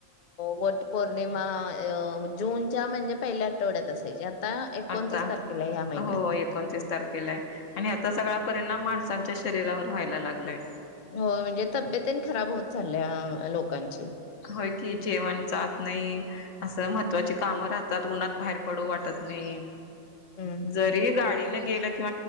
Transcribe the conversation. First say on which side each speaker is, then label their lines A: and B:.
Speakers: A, on the left (about 45°); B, on the left (about 80°).
A: वट पौर्णिमा अं जून म्हणजे पहिल्या आठवड्यात असायची आता एकोणतीस
B: आता
A: तारखेला आहे या महिन्यात
B: हो एकोणतीस तारखेला आणि हचा सगळा परिणाम माणसांच्या शरीरावर व्हायला लागलंय
A: हो म्हणजे तब्येत खराब होत चालल्या लोकांची
B: होय कि जेवण जात नाही असं महत्त्वाची कामं राहतात उन्हात बाहेर पडू वाटत नाही
A: हम्म
B: जरी
A: हम्म.
B: गाडी नाही गे किं